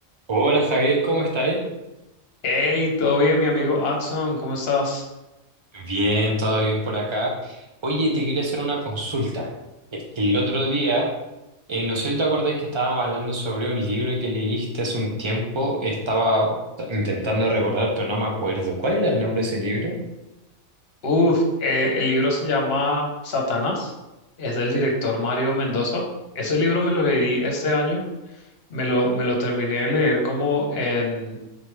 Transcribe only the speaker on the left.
Hey, ¿todo bien, mi amigo Adson? ¿Cómo estás?
Uf, eh, el libro se llama Satanás. Es del director Mario Mendoza. Ese libro me lo leí este año. Me lo, me lo terminé de leer como en,